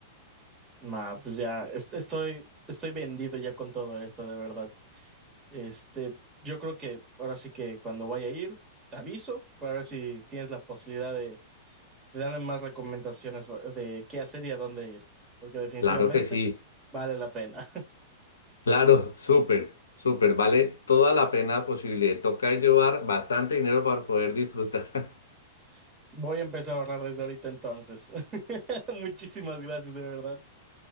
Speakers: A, on the right; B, on the left.
A: Nah, pues ya est- estoy, estoy vendido ya con todo esto, de verdad. Este, yo creo que ahora sí que cuando vaya a ir, te aviso para ver si tienes la posibilidad de, de darme más recomendaciones de qué hacer y a dónde ir, porque definitivamente
B: Claro que sí,
A: vale la pena.
B: claro, <laughs> súper. Súper, vale toda la pena posible. Toca llevar bastante dinero para poder disfrutar. <laughs>
A: <laughs> Voy a empezar a ahorrar desde ahorita entonces. <laughs> Muchísimas gracias, de verdad.